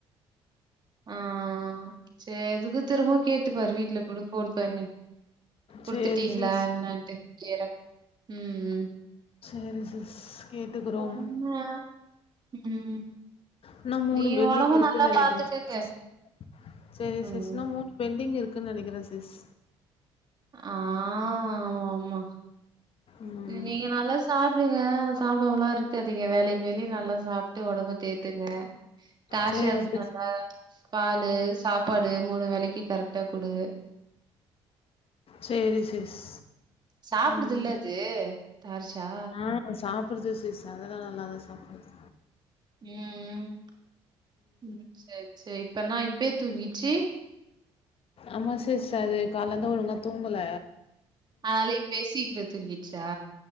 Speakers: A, on the right; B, on the left.
A: ஆ செரி எதுக்கு திரும்பவு கேட்டுப்பாரு வீட்ல கூட ஃபோன் பண்ணி குடுத்துட்டீங்களா
B: சரி சிஸ்
A: என்னட்டு கேறே ம் ம்
B: சரி சிஸ் கேட்டுக்கறோம்
A: ஆமா. ம்
B: இன்னு மூணு
A: நீ
B: பென்டிங்
A: ஒடம்ப
B: இருக்குன்னு
A: நல்லா
B: நனைக்கிறே
A: பாத்துக்கங்க
B: சிஸ் சேரி
A: ம்
B: சிஸ் இன்னு மூண் பென்டிங் இருக்குன்னு நனைக்கிற சிஸ்
A: ஆ ஆமா ஆமா
B: ம்
A: நீங்க நல்லா சாப்டுங்க சாப்டாமலா இருக்காதீங்க வேலைக்கு வேலை நல்லா சாப் ட்டு ஒடம்ப தேத்துங்க தார்ஷாக்கு
B: சேரி சிஸ்
A: நல்லா பாலு சாப்பாடு மூணு வேலைக்கு கரெக்டா குடு
B: சேரி சிஸ்
A: சாப்புடுதுல்ல
B: ம்
A: அது தார்ஷா
B: ஆ சாப்புடுது சிஸ் அதலா நல்லாதா சாப்புடுது
A: ம் ம் ம் சேரி சேரி இப்ப என்னா இப்பே தூங்கிச்சு
B: ஆமா சிஸ் அது காலந்து ஒழுங்கா தூங்கல
A: அதனால இப்பே சீக்கரோ தூங்கிச்சா